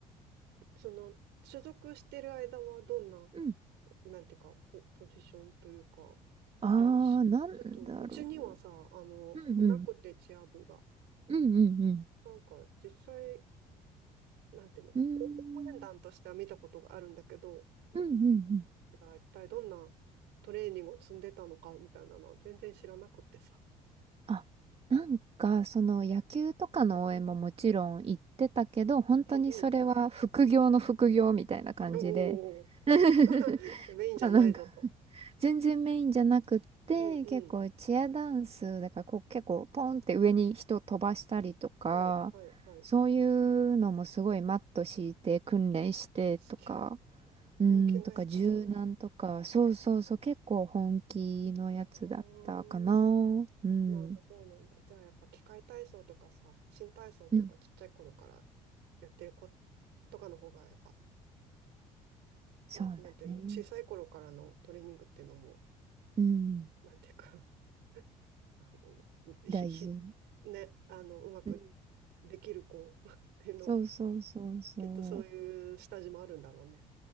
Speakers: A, on the right; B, on the right.
A: その、所属してる間はどんな、
B: うん。
A: なんていうか、ポ、ポジションというか、
B: ああ、
A: 練習、
B: なんだろ
A: ちょっと、うちにはさ、あの、
B: う。うんうん。
A: なくてチア部が。
B: うんうんうん。
A: なんか、実際、なんていうの、
B: うーん。
A: 応援団としては見たことがあるんだけど、
B: うんうんうん。
A: が一体どんなトレーニングを積んでたのかみたいなのは全然知らなくってさ。
B: あ、なんか、その野球とかの応援ももちろん行ってたけど、本当にそれは副業の副業みたいな感じで。
A: うんうん。おお。
B: <laughs>
A: <laughs>
B: <laughs>
A: メインじゃないぞと。
B: あ、なんか <laughs> 全然メインじゃなくって、
A: うんうん。
B: 結構チアダンス、だからこう結構ポンって上に人飛ばしたりとか、
A: はい、はい、はい。
B: そういうのもすごいマット敷いて訓練してとか、
A: すげえ。
B: うん、
A: 人気のやつだ。
B: とか柔軟とか、
A: あ
B: そうそうそう、結構本気のやつだったかな。
A: あ、そ
B: うん。
A: うなんだ、そうなんだ。じゃあやっぱ器械体操とかさ、新体操とかちっちゃい頃から
B: うん。
A: やってる子とかの方がやっぱ、
B: そうだね。
A: な、なんていうの、小さい頃からのトレーニングっていうのも、
B: うん。
A: なんていうか <laughs> あの、ひ、
B: 大事。
A: ひ、ね、あの、うまく
B: うん
A: できる子 <laughs> っていうのは、
B: そうそうそうそう。
A: きっとそういう下地もあるんだろうね。